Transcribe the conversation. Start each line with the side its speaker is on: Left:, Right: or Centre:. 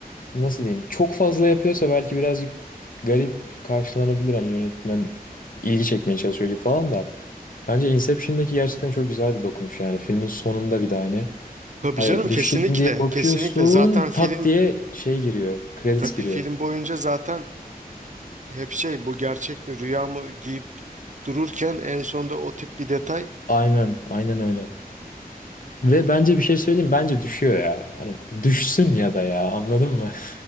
Left: nasıl diyeyim çok fazla yapıyorsa belki birazcık garip karşılanabilir hani yönetmen ilgi çekmeye çalışıyor gibi falan da. Bence Inception'daki gerçekten çok güzel bir dokunuş yani filmin sonunda bir de hani,
Right: <laughs> Tabii
Left: hani
Right: canım kesinlikle,
Left: düşecek mi diye bakıyorsun
Right: kesinlikle zaten film
Left: tak diye şey giriyor credits
Right: tabii
Left: giriyor.
Right: film boyunca zaten hep şey bu gerçek mi rüya mı deyip dururken en sonunda o tip bir detay
Left: Aynen aynen öyle. Ve bence bir şey söyleyeyim bence düşüyor ya. Hani düşsün ya da ya anladın mı? <laughs>